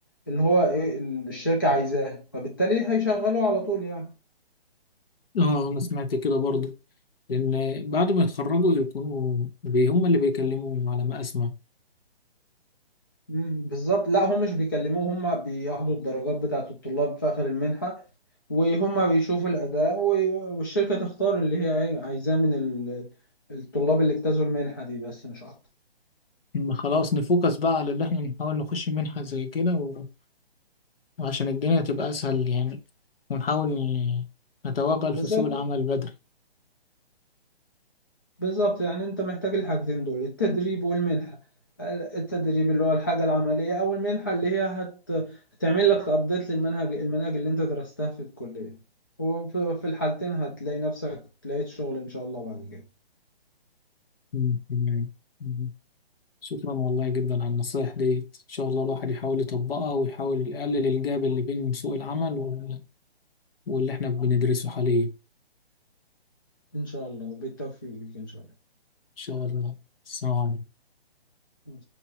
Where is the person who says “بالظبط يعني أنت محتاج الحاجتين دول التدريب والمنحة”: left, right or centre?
Left